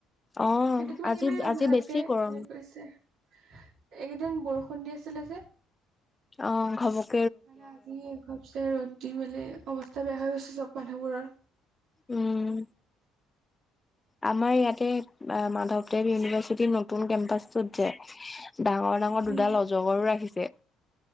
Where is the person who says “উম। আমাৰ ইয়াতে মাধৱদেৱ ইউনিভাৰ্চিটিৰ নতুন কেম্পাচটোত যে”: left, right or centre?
Left